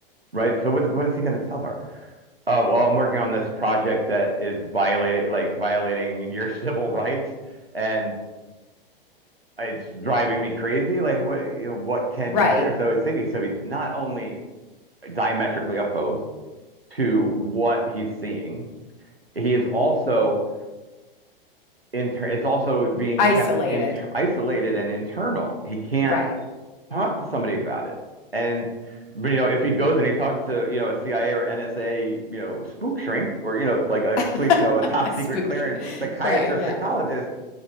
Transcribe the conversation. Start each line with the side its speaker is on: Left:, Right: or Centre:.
Right: right? So what's, what is he going to tell her? Uh, well, I'm working on this project that is violating, like violating your <laughs> civil rights, and it's driving me crazy. Like, what, you know, what can
Left: Right.
Right: he share? So I think so. He's not only diametrically opposed to what he's seeing, he is also inter- it's also being
Left: Isolated.
Right: kept inter- isolated and internal. He can't
Left: Right.
Right: talk to somebody about it. And but, you know, if he goes and he talks to, you know, a CIA or NSA, you know, spook shrink or, you know, like a
Left: <laughs>
Right: clear, you know, a top secret
Left: Spooked.
Right: clearance psychiatrist,
Left: Right, yeah.
Right: psychologist,